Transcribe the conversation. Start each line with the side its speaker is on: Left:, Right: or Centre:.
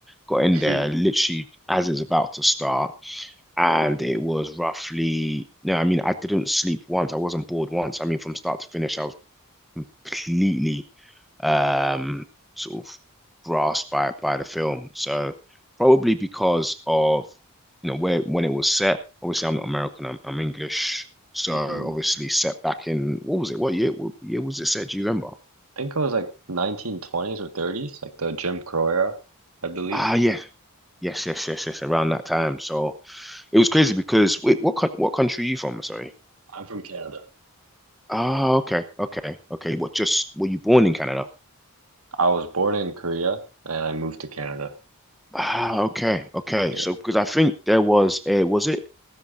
Centre: got
Right: <laughs>
Centre: in there
Right: hmm
Centre: literally as it's about to start, and it was roughly. No, I mean, I didn't sleep once. I wasn't bored once. I mean, from start to finish, I was completely um, sort of grasped by by the film. So probably because of you know where when it was set. Obviously, I'm not American. I'm, I'm English. So
Right: hmm
Centre: obviously, set back in what was it? What year? What year was it set? Do you remember?
Right: I think it was like 1920s or 30s, like the Jim Crow era, I believe.
Centre: Ah, yeah, yes, yes, yes, yes. Around that time. So it was crazy because wait, what coun- what country are you from? Sorry.
Right: I'm from Canada.
Centre: Ah, okay, okay, okay. What just were you born in Canada?
Right: I was born in Korea and I moved to Canada.
Centre: Ah, okay, okay.
Right: Yeah.
Centre: So because I think there was a was it